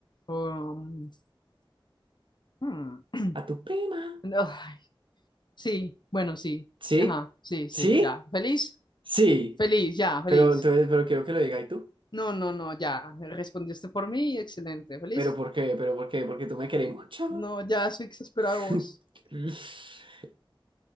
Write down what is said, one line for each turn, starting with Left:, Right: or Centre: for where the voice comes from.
Left: Um, hmm.
Right: A tu prima.
Left: No, ay, sí, bueno, sí.
Right: ¿Sí?
Left: Ajá, sí, sí,
Right: ¿Sí?
Left: ya. ¿Feliz?
Right: Sí.
Left: Feliz, ya, feliz.
Right: Pero entonces, pero quiero que lo diga y tú.
Left: No, no, no, ya. Respondiste por mí, excelente. ¿Feliz?
Right: ¿Pero por qué? ¿Pero por qué? Porque tú me querés mucho.
Left: No, ya estoy exasperado
Right: <laughs>
Left: de vos.